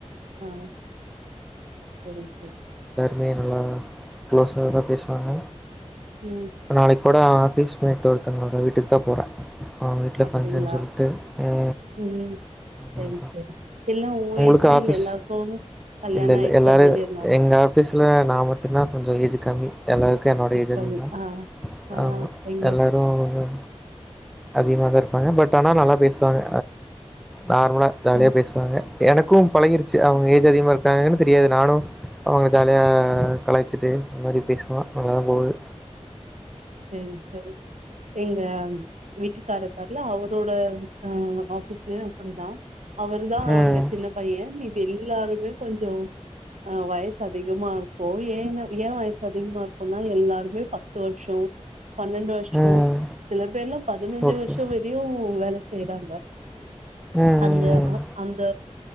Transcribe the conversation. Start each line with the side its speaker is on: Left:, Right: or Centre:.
Right: ஆஹ் செரி செரி
Centre: மே நல்லா குளோஸா தான் பேசுவாங்க
Right: ம்
Centre: நாளைக்கு கூட ஆபீஸ்மேட் ஒருத்தவங்களோடா வீட்டுக்கு தான் போறேன் அவன் வீட்டுல
Right: அப்டிங்களா
Centre: பங்க்ஷன் சொல்லிட்டு ஆ
Right: ம்
Centre: உம்
Right: சரி சரி எல்லா உ
Centre: உங்களுக்கு
Right: ஏஜா
Centre: ஆபீஸ்
Right: இல்ல எல்லாருக்கு கல்யாண
Centre: இல்ல
Right: ஆயிடுச்சு
Centre: எல்லார
Right: அது மாரி இருந்தா
Centre: எங்க ஆபீஸ்ல நான் மட்டுதம்தா கொஞ்ச ஏஜ் கம்மி எல்லாருக்கும் என்னோட ஏஜ் அதிகம்
Right: கம்மி
Centre: அது தான்
Right: ஆ ஆ
Centre: ஆமா
Right: எங்க
Centre: எல்லாரும் வ அதிகமாக தா இருப்பாங்க பட் ஆனா நல்லா பேசுவாங்க நார்மலா ஜாலியா
Right: ஆ
Centre: பேசுவாங்க எனக்கும் பழகிடுச்சி அவங்க ஏஜ் அதிகமாக இருக்காங்கன்னு தெரியாது நானும் அவங்க ஜாலியா கலாயச்சிட்டு இ மாதிரி பேசுவான் அவ்ளோதான் போவுது
Right: சேரி சேரி எங்க வீட்டுக்காரர் இருக்காருல்ல அவரோட ஆபீஸ்லயும் அப்படிதா அவர்தான்
Centre: ம்.
Right: அங்க சின்ன பையன் இது எல்லாருக் கொஞ்சம் ஆஹ வயசு அதிகமா இருக்கும் ஏ ஏன் வயசு அதிகமா இருக்கும்னா எல்லாருமே பத்து வருஷம் பன்னெண்டு வருஷம்
Centre: ம்.
Right: சில பேர்லாம் பதினைஞ்சு
Centre: ஓகே.
Right: வருஷம் வரையும் வேலை செய்றாங்க
Centre: ம்.
Right: அந்த
Centre: ம்.
Right: ஆ
Centre: ம்.
Right: அந்த